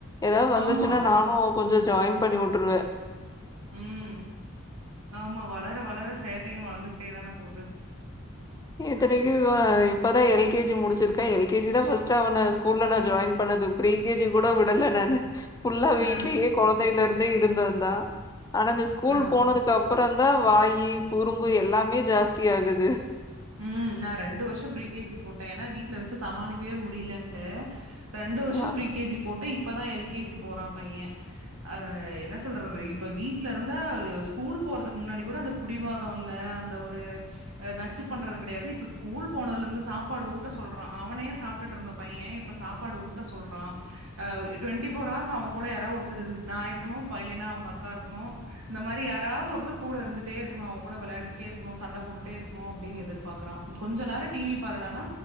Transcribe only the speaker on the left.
ஏதாத் வந்துச்சுன்னா
நானு கொஞ்சோ ஜாய்ன் பண்ணி உட்ருவே
இத்தரைக்கு இவ இப்பதா எல் கே ஜி முடிச்சிருக்கா எல் கே ஜி தா ஃபஸ்ட் அவன ஸ்கூல்ல நா ஜாய்ன் பண் அது ப்ரிகேஜி கூட விடல நானு புஃல்லா வீட்லயே
கொழந்தல இருந்தே இருந்து வந்தா ஆனா இந்த ஸ்கூல்
போனதுக்கு அப் ப்பரோதா வாயி குறும்பு எல்லாமே ஜாஸ்தி ஆகுது
ஆ